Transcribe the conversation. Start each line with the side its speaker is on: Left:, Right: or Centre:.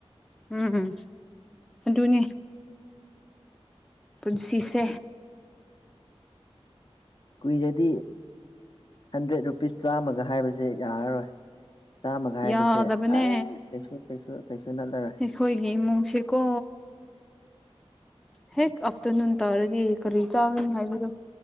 Centre: ꯎꯝ ꯎꯝ ꯑꯗꯨꯅꯦ ꯄꯨꯟꯁꯤꯁꯦ
Left: ꯀꯨꯏꯔꯗꯤ ꯍꯟꯗ꯭ꯔꯦꯠ ꯔꯨꯄꯤꯁ ꯆꯥꯝꯃꯒ ꯍꯥꯏꯕꯁꯦ ꯌꯥꯔꯔꯣꯏ ꯆꯥꯝꯃꯒ ꯍꯥꯏꯕꯁꯦ
Centre: ꯌꯥꯗꯕꯅꯦ
Left: ꯑꯦ ꯀꯩꯁꯨ ꯀꯩꯁꯨ ꯀꯩꯁꯨ ꯅꯠꯂꯔꯣꯏ
Centre: ꯑꯩꯈꫭꯏꯒꯤ ꯏꯃꯨꯡꯁꯤꯀꯣ ꯍꯦꯛ ꯑꯥꯐꯇꯔꯅꯨꯟ ꯇꯥꯔꯗꯤ ꯀꯔꯤ ꯆꯥꯒꯅꯤ ꯍꯥꯏꯕꯗꯣ